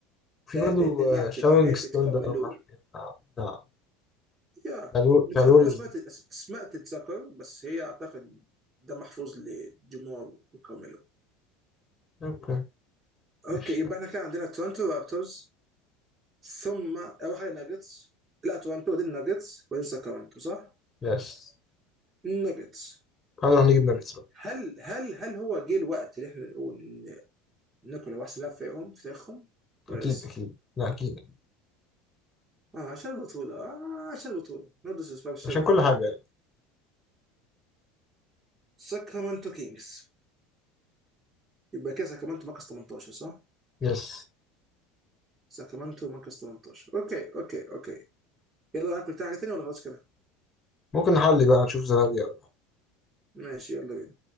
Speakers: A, on the left; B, on the right.
A: في
B: ده
A: برضه
B: ده ده لعبه
A: آه، شاونج
B: لعبه
A: ستون
B: كارميلو
A: ده أنا معرفش إيه. بتاع بتاع
B: يا
A: بتاع
B: بدون
A: الوريورز
B: اكون اسماء
A: ده
B: اسماء تتذكر بس هي اعتقد ده محفوظ لجمهور كارميلو
A: أوكي ماشي
B: اوكي يبقى
A: طيب
B: احنا كان عندنا تورنتو رابترز ثم اول حاجه ناجتس لا تورنتو دي الناجتس وبعدين ساكرامنتو صح؟
A: بس
B: الناجتس
A: هنروح نجيب ناجتس بقى
B: هل هل هل هو جه الوقت اللي احنا نقول ان نيكولا هو احسن لاعب فريقهم في تاريخهم ولا
A: اكيد
B: لسه؟
A: اكيد لا اكيد
B: آه عشان البطوله آه عشان البطوله نو ديسريسبكت عشان
A: عشان
B: البطوله
A: كل حاجه يعني
B: ساكرامنتو كينجز يبقى كده ساكرامنتو مركز 18 صح؟
A: يس
B: ساكرامنتو مركز 18 اوكي اوكي اوكي يلا ناكل حاجه تانية ولا خلاص كده
A: ممكن نحلي بقى نشوف زلابيا
B: ماشي يلا بينا